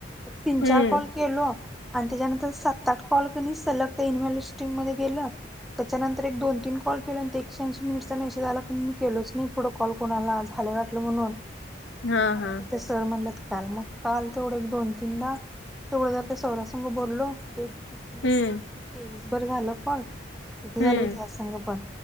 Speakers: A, in the centre; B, on the left.
A: एक तीन
B: हम्म
A: चार कॉल केलो आणि त्याच्यानंतर सात आठ कॉल कनी सलग ते इनव्यालेस्टिंग मध्ये गेलं त्याच्यानंतर एक दोन तीन कॉल केलो आणि ते एकशहाऐंशी मिनिटचा मेसेज आला पण मी केलोच नाही. फूड कॉल कोणाला झालय वाटलं म्हणून
B: हा
A: आणि
B: हा
A: आता सर म्हटलंत काल मग काल तेवढं एक दोन तीनदा तेवढं जर ते सौऱ्या संघ बोललो ते तेवीसभर
B: हम्म
A: झालं कॉल किती
B: हम्म
A: झालं हो त्या पण.